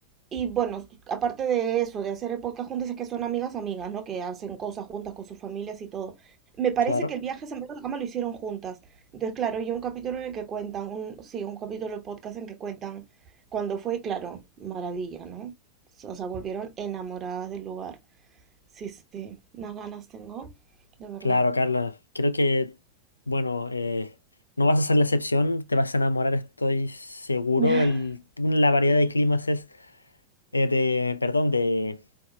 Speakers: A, on the right (about 25°); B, on the left (about 80°).
A: Y bueno, aparte de eso, de hacer el podcast juntas, es que son amigas, amigas, ¿no? Que hacen cosas juntas con sus familias y todo. Me parece
B: Claro.
A: que el viaje a San Pedro de la Cama lo hicieron juntas. Entonces, claro, hay un capítulo en el que cuentan, un, sí, un capítulo del podcast en que cuentan cuando fue, y claro, maravilla, ¿no? O sea, volvieron enamoradas del lugar. Sí, sí, unas ganas tengo, de verdad.
B: Claro, Carla. Creo que, bueno, eh, no vas a ser la excepción. Te vas a enamorar, estoy seguro.
A: <laughs>
B: El- la variedad de climas es eh, de, perdón, de,